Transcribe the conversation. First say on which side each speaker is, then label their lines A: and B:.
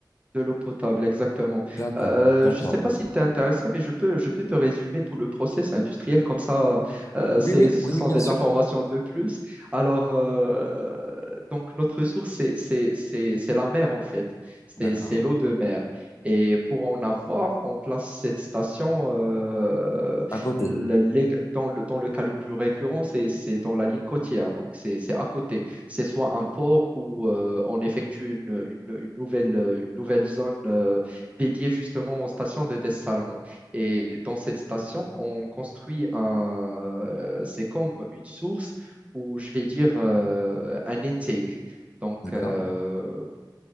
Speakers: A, on the right; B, on the left.
A: De l'eau potable, exactement.
B: D'accord,
A: Euh,
B: d'accord.
A: je ne sais pas si tu es intéressé, mais je peux, je peux te résumer tout le process industriel. Comme ça, euh,
B: Oui,
A: c'est,
B: oui,
A: ce
B: oui,
A: sont
B: oui, bien
A: des
B: sûr.
A: informations de plus. Alors, euh, donc notre ressource, c'est, c'est, c'est, c'est la mer, en fait.
B: D'accord.
A: C'est, c'est l'eau de mer. Et pour en avoir, on place cette station euh,
B: À côté.
A: le- les- dans le, dans le cas le plus récurrent, c'est, c'est dans la ligne côtière. Donc, c'est, c'est à côté c'est soit un port où euh, on effectue une, une- une nouvelle, euh, une nouvelle zone euh, dédiée justement aux stations de dessalement. Et dans cette station, on construit un, euh, c'est comme une source ou je vais dire euh, un intake. Donc,
B: D'accord,
A: euh,